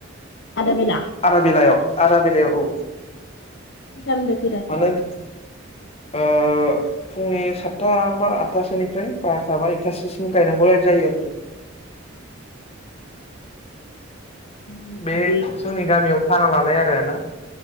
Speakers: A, on the left; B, on the left.
A: आदा बेला
B: आदा बेलायाव। आदा बेलायाव औ।
A: खौथानिफ्राय फ्राय खैथासिम
B: मानो ओ फुंनि सातथा बा आठथासोनिफ्राय बारथा बा एकथासोसिम गायनांगौ जायो आरोखि। <inaudible>
A: जोंनिथिं
B: बे जोंनि गामियाव खाना लालाय आरो। आरोना